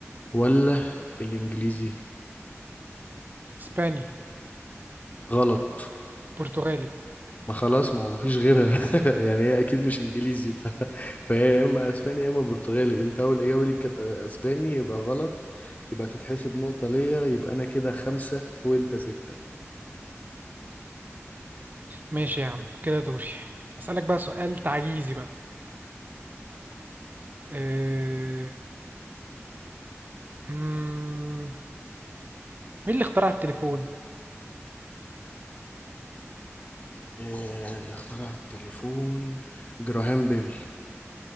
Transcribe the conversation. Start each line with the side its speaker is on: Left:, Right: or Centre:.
Left: ولا الانجليزي
Right: اسباني
Left: غلط
Right: برتغالي
Left: ما خلاص ما هو مفيش غيرها <laughs> يعني هي اكيد مش انجليزي ف... فهي يا اما اسباني يا اما برتغالي انت اول اجابه ليك كانت اسباني يبقى غلط يبقى تتحسب نقطه ليا يبقى انا كده خمسه وانت سته
Right: ماشي يا عم كده دوري أسألك بقى سؤال تعجيزي بقى أه... مم... مين اللي اخترع التليفون؟
Left: آه، اللي اخترع التليفون جراهام بيل